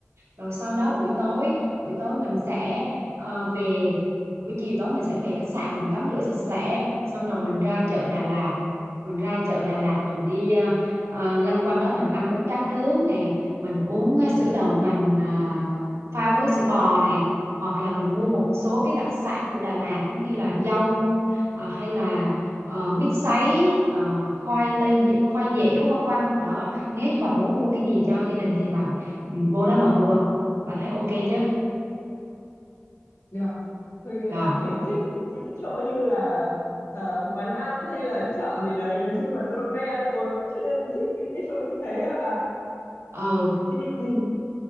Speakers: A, on the right; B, on the left.
A: rồi sau đó buổi tối buổi tối mình sẽ ờ, về buổi chiều tối mình sẽ về khách sạn mình tắm rửa sạch sẽ xong rồi mình ra chợ Đà Lạt mình ra chợ Đà Lạt mình đi ờ, ờ, lanh quanh đó mình ăn bánh tráng nướng nè mình uống ờ, sữa đậu nành à, pha với sữa bò nè hoặc là mình mua một số cái đặc sản của Đà Lạt giống như là dâu ờ, hay là ờ, mít sấy ờ, khoai tây dẻ- khoai dẻo vân vân đó nếu như bà muốn mua cái gì cho gia đình thì bạn ừ, vô đó bà mua bà thấy ok chứ
B: Được. Tôi ờ,
A: rồi
B: thấy thích những chỗ như là ờ, quán ăn hay là chợ gì đấy. Nói chung là tôi mê ăn uống cho nên thích những cái chỗ như thế là
A: ừ
B: <clears throat>